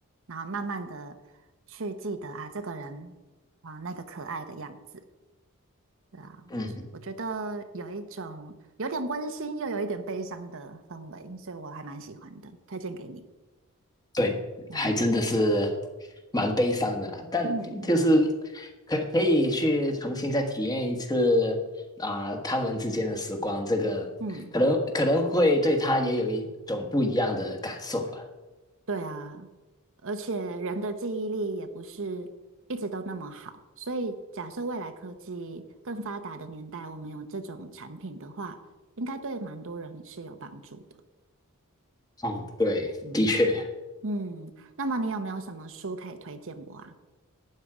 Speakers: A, on the right (about 60°); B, on the left (about 15°).
A: 然后慢慢的去记得啊，这个人啊，那个可爱的样子，对啊，
B: 嗯
A: 是我觉得有一种有点温馨又有一点悲伤的氛围，所以我还蛮喜欢的，推荐给你。
B: 对，
A: 嗯。
B: 还真的是蛮悲伤的啦，但就是
A: 嗯
B: 可可以去重新再体验一次啊、他们之间的时光，这个可能可能会对他也有一种不一样的感受吧。
A: 嗯，对啊，而且人的记忆力也不是一直都那么好，所以假设未来科技更发达的年代，我们有这种产品的话，应该对蛮多人是有帮助的。
B: 嗯，对，
A: 嗯
B: 的确，
A: 嗯，那么你有没有什么书可以推荐我啊？